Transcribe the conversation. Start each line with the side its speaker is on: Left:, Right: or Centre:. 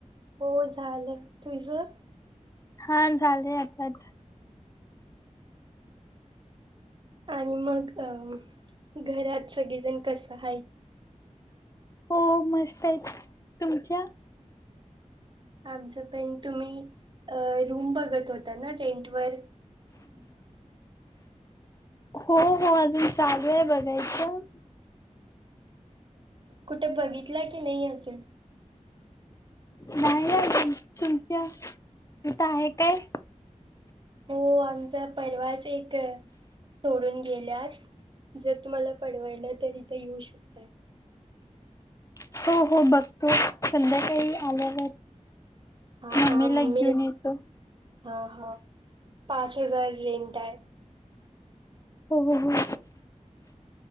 Right: हो झालं तुझं,
Left: हा झालेय आताच.
Right: आणि मग अं घरात सगळेजण कस आहेत.
Left: हो मस्त आहेत तुमच्या,
Right: आमचं पण तुम्ही अ रूम बघत होता. ना रेंटवर,
Left: हो हो अजून चालू आहे बघायचं.
Right: कुठे बघितला की नाही अजुन.
Left: नाही तुमच्या तिथं आहे काय,
Right: हो आमचा परवाच एक, सोडून गेल्यास जर तुम्हाला परवडलं तर इथं येऊ शकताय.
Left: हो हो बघतो संध्याकाळी आल्यावर,
Right: हा
Left: मम्मीला
Right: हा
Left: घेऊन
Right: मग,
Left: येतो.
Right: हा हा पाच हजार रेंट आहे.
Left: हो हो हो,